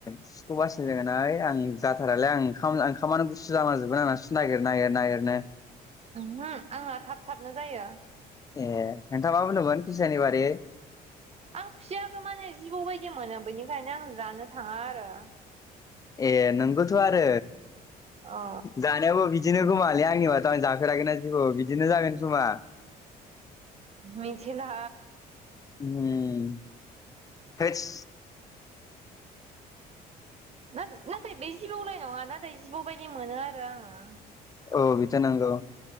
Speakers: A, on the left (about 20°); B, on the right (about 40°).
A: सुखौ बासि रोङा नालाय आं जाथारालोय आं ओंखाम ओंखामानो गुसु जालां जोबगोन आंना सु नागिर नागिर नागिरनो
B: आंना आंना थाब थाबनो जायो
A: ए नोंथा मा बुंदोंमोन खुसियाानि बारै
B: आं खुसियाखौ माने जिबौ बायदि मोनो बेनिखायनो आं जानो थाङा आरो
A: ए नोंगौथ' आरो
B: अ
A: जानायावबो बिदि दिनो खोमालै आंनि बाथ' आं जाफेराखैना जिबौ बिदिनो जागोन खोमा
B: मिथिला
A: उम थोस
B: नाथा नाथाय बे जिबौनाय नङा ना फ्राय जिबौ बायदि मोनो आरो आङो
A: औ बिथ' नंगौ